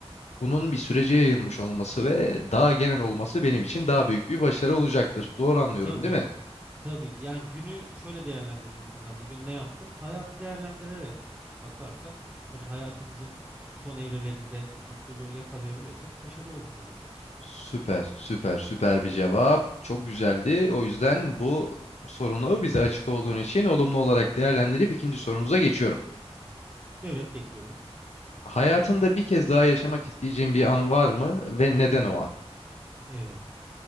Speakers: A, on the left; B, on the right.
A: bunun bir sürece yayılmış olması ve daha genel olması benim için daha büyük bir başarı olacaktır. Doğru anlıyorum,
B: Tabii
A: değil mi?
B: ki. Tabii ki. Yani günü şöyle değerlendirir insanlar. Bugün ne yaptım? Hayatı değerlendirerek bakarsak hani hayatımızın son evrelerinde mutluluğu yakalayabiliyorsak başarılı olmuşuz demek.
A: Süper, süper, süper bir cevap. Çok güzeldi. O yüzden bu sorunu bize açık olduğun için olumlu olarak değerlendirip ikinci sorumuza geçiyorum.
B: Evet bekliyorum.
A: Hayatında bir kez daha yaşamak isteyeceğin bir an var mı ve neden o an?
B: Evet.